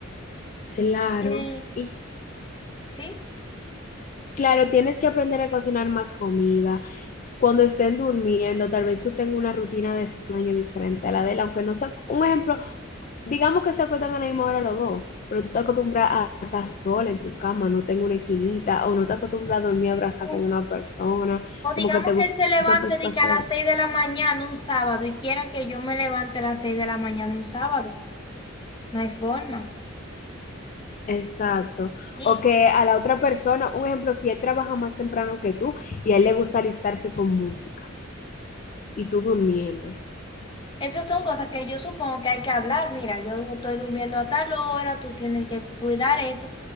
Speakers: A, on the left; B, on the left.
A: Claro,
B: Eh,
A: y
B: ¿sí?
A: claro, tienes que aprender a cocinar más comida cuando estén durmiendo, tal vez tú tengas una rutina de sueño diferente a la de él, aunque no sea, un ejemplo, digamos que se acuestan a la misma hora los dos, pero tú te acostumbras a estar sola en tu cama, no tengo una esquinita, o no te acostumbras a dormir abrazada
B: eh,
A: con una persona,
B: O
A: como
B: digamos
A: que te gusta
B: que él se levante
A: tu espacio.
B: de que a las 6 de la mañana un sábado y quiera que yo me levante a las 6 de la mañana un sábado. No hay forma.
A: Exacto.
B: Y
A: O que a la otra persona, un ejemplo, si él trabaja más temprano que tú y a él le gusta alistarse con música y tú durmiendo.
B: esas son cosas que yo supongo que hay que hablar. Mira, yo estoy durmiendo a tal hora, tú tienes que cuidar eso.